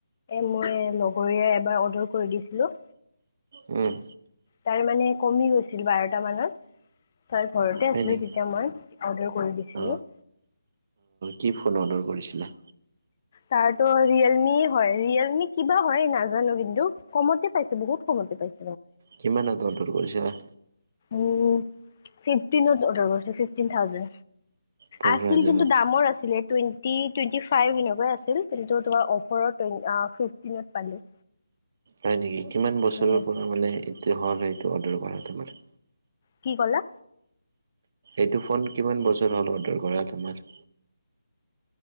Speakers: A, on the left; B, on the right.
A: মই লগৰীয়া এবাৰ অৰ্ডাৰ কৰি দিছিলোঁ
B: উম।
A: তাৰ মানে কমি গৈছিল বাৰটা মানত, তই ঘৰতে
B: হয়
A: আছিল
B: নেকি?
A: তেতিয়া মই অৰ্ডাৰ কৰি দিছিলোঁ
B: অ কি ফোন অৰ্ডাৰ কৰিছিলা?
A: তাৰতো ৰিয়েলমি হয়, ৰিয়েলমি কিবা হয় নাজানো কিন্তু, কমতে পাইছোঁ, বহুত কমতে পাইছোঁ।
B: কিমান আগত অৰ্ডাৰ কৰিছিলা?
A: উম ফিফটিনত অৰ্ডাৰ কৰিছো ফিফটিন থাউজড
B: পোন্ধৰ
A: আছিল,
B: হাজাৰত
A: কিন্তু দামৰ আছিলে, টুৱেণ্টি, টুৱেন্টি ফাইভ সেনেক আ <unintelligible> তোমাৰ অফাৰত, আ, ফিফটিনত পালোঁ
B: হয় নেকি, কিমান বছৰৰ
A: উম
B: পৰা মানে এইটো হ'ল সেইটো অৰ্ডাৰ কৰা তোমাৰ?
A: কি ক'লা?
B: এইটো ফোন কিমান বছৰ হ'ল অৰ্ডাৰ কৰা তোমাৰ-